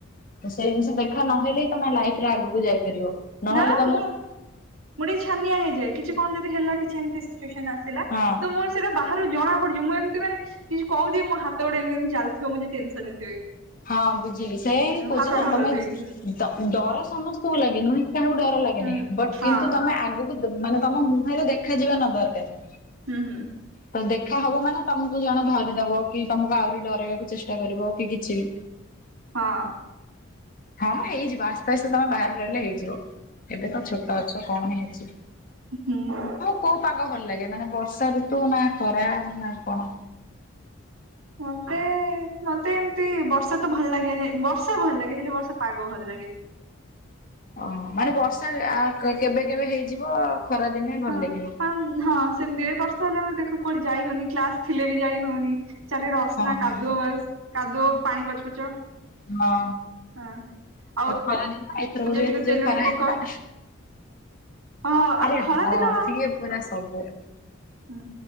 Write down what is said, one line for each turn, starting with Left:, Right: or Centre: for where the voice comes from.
Left: ସେଇ ଜିନିଷ ଦେଖା ନହେଲେ ହିଁ ତମେ ଲାଇଫ୍ ରେ ଆଗକୁ ଯାଇପାରିବ। ନହେଲେ
Right: ନା
Left: ତମେ
Right: ମୁଁ ମୁଁ ଟିକେ ଛାନିଆ ହେଇଯାଏ କିଛି କଣ ଯଦି ହେଲା କିଛି ଏମତି ସିଚୁଏସନ ଆସ ଥିଲା
Left: ହଁ
Right: ତ ମୋର ସେଇଟା ବାହାରୁ ଜଣା ପଡ଼ିଯିବ ମୁଁ ଏମିତି ମାନେ କିଛି କହୁଥିବୀ ମୋ ହାତ ଗୋଡ଼ ଏମିତି ଏମତି ଚାଲିଥିବ ମୁଁ ଯଦି ଟେନସନ୍ ରେ ଥିବି।
Left: ହଁ ବୁଝିଲି ସେୟା ହିଁ କହୁଛି
Right: ହାତ
Left: ନା
Right: ଢଲଉଥିବି
Left: ତମେ ଡ ଡର ସମସ୍ତଙ୍କୁ ଲାଗେ ନୁହେଁକି କାହାକୁ ଡର
Right: ହୁଁ
Left: ଲାଗେନି ବଟ୍
Right: ହଁ
Left: କିନ୍ତୁ ତମେ ଆଗକୁ ମାନେ ତମ ମୁହଁରେ ଦଖା ଯିବା ନ ଦରକାର
Right: ହୁଁ ହୁଁ।
Left: ତ ଦେଖା ହବ ମାନେ ତମକୁ ଜଣେ ଧରିଦବ କି ତମକୁ ଆହୁରି ଡରାଇବାକୁ ଚେଷ୍ଟା କରିବ କି କିଛି
Right: ହଁ।
Left: ହଁ ମ ହେଇଯିବ ଆସ୍ତେ ଆସ୍ତେ ତମେ ବାହାରେ ରହିଲେ ହେଇଯିବ ଏବେ ତ ଛୋଟ ଅ ଛ କଣ ହେଇ ଅଛି
Right: ଉ ହୁଁ।
Left: କୋଉ ପାଗ ଭଲ ଲାଗେ ମାନେ ବର୍ଷା ଋତୁ ନା ଖରା ନା କଣ?
Right: ମତେ ମତେ ଏମତି ବର୍ଷା ତ ଭଲ ଲାଗେନି ବର୍ଷା ଭଲ ଲାଗେ ହେଲେ ବର୍ଷା ପାଗ ଭଲ ଲାଗେନି।
Left: ଓଃ ହୋ ମାନେ ବର୍ଷା କେବେ କେବେ ହେଇଯିବ ଖରା ଦିନେ ଭଲ
Right: ହଁ
Left: ଲାଗିବ।
Right: ହଁ ହଁ ସେମିତି ଏଇ ବର୍ଷ <unintelligible> ଦେଖ କୁଆଡ଼େ ଯାଇ ହଉନି କ୍ଲାସ ଥିଲେ ବି ଯାଇ ହଉନି ଚାରିଆଡ଼େ ଅସନା
Left: ହଁ।
Right: କାଦୁଅ ବାସ୍ କାଦୁଅ ପାଣି ପଚ ପଚ
Left: ହଁ
Right: ହଁ ଆଉ
Left: ପ ଖରାଦିନ ଏଥରକ
Right: ଯେତିକି
Left: ଯୋଉ ଏତେ ଯୋଉ
Right: ତେଲୁଣି
Left: ଖରା ହେଇଥିଲା
Right: ପୋକ ହଁ ଆଉ
Left: ଆରେ
Right: ଖରା
Left: ହଁ
Right: ଦିନ
Left: ସିଏ ପୁରା ସବୁ
Right: ହୁଁ